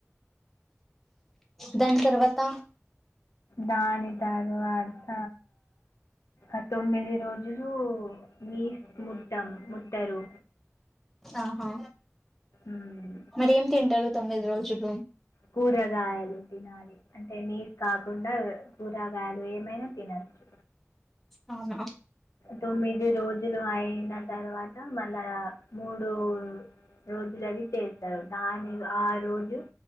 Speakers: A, in the centre; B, on the left.
A: దాని తర్వాత
B: దాని త ర్వత ఆ తొమ్మిది రోజులు నిస్ ముట్ ట్టం ముట్టరు
A: ఆహా
B: ఉమ్,
A: మరీ ఏం తింటారు. తొమ్మిది రోజులు
B: కూరగాయలు తినాలి అంటే నీస్ కాకుండా. కూరగాయలు ఏమైనా తినొచ్చు.
A: అవునా.
B: తొమ్మిది రోజులు అయిన తర్వాత మళ్ళా మూడ్ డూ రోజులు అది చేస్తారు. దాని ఆ రోజు జు.